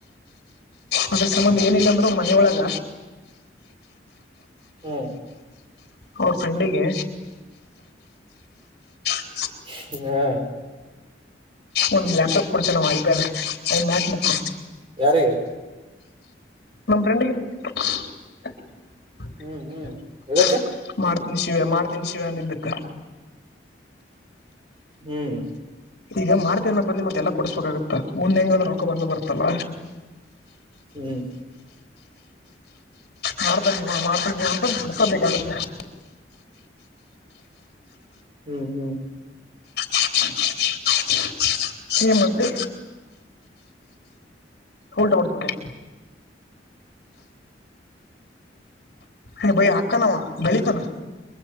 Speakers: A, on the left; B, on the right.
A: ಅಂದ್ರ ಸಂಬಂಧ ಏನಿಲ್ಲಂದ್ರರು ಮನ ಒಳಗ
B: ಹ್ಮ
A: ಅವ್ರ ಫ್ರೆಂಡಿಗೆ <inaudible>
B: ಹಾ
A: ಒಂದು ಲ್ಯಾಪ್ಟಾಪ್ ಕೊಡ್ತಾನ ಹವಾ ಐಪ್ಯಾಡ್ ಅ ಮ್ಯಾಕ್ ಬುಕ್
B: ಯಾರಿಗೆ
A: ನಮ್ಮ ಫ್ರೆಂಡಿಗೆ <unintelligible>
B: ಹ್ಮ್ ಹ್ಮ್ ಎದಕ್ಕ
A: ಮಾಡ್ತೀನಿ ಶಿವ್ಯ ಮಾಡ್ತೀನಿ ಶಿವ್ಯ ಅಂದ ಇದಿದ್ದಕ್ಕ
B: ಹ್ಮ್
A: ಈಗ ಮಾಡ್ತೇನ ಬಂದ ನಿ ಮತ್ತೆಲ್ಲ ಕೊಡಸ್ಬೇಕಾಗುತ್ತ ಮುಂದೆ ಹೆಂಗ್ರ್ ರೊಕ್ಕ ಬಂದು ಬರ್ತಲ್ಲ
B: ಹ್ಮ್
A: ಮಾಡ್ತಾನ ನೀವಾ ಮಾಡ್ತಾನ ನೀವ ಅಂತ ಕುಡ್ಸೋಬೇಕಾಗತ್ತೆ
B: ಹ್ಮ್ ಹ್ಮ್
A: <unintelligible> ಈ ಮತ್ತೆ ಉಲ್ಟ ಹೊಡೆದಬಿಟ್ಟೈತಿ ಏ ಬೈ ಅಕ್ಕನವ ಬೆಳಿತನ